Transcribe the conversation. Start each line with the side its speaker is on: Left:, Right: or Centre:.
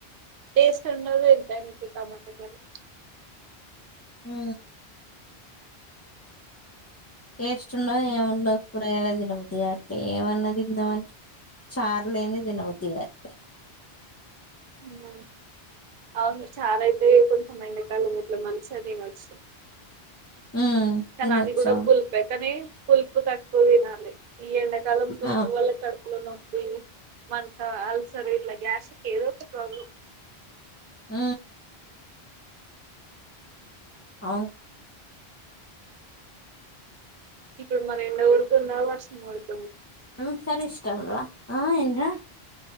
Right: టేస్ట్ ఉండదు ఏంతెనా ఇపుడు టమాటా కి కానీ
Left: <inaudible> ఊ టేస్ట్ ఉండవు ఏముండవు కూరయలా తినబుద్ది కట్లే ఏమన్నా తిందామ అంటే చార్ లేనిది తినబుద్ధి కాట్లే
Right: అమ్మ అవును చార్ అయితే కొంచెం ఎండకాల ఇట్లా మంచిగా తినొచ్చు
Left: ఉమ్
Right: కానీ
Left: తినొచ్చు
Right: అది కూడా
Left: అవును
Right: పులుపె కానీ పులుపు తక్కువ తినాలి ఈ ఎండాకాలం పులుపు
Left: ఆ
Right: వల్ల కడుపు పులో నొప్పి మంత అల్సర ఇట్లా గ్యాస్కి ఏదో ఒక ప్రాబ్లమ్
Left: ఊ అవును
Right: ఇప్పుడు మరి ఎండ కొడుతుందా వర్షం పడుతుందా
Left: ఉమ్ సరె ఇష్టం రా ఆ ఏం రా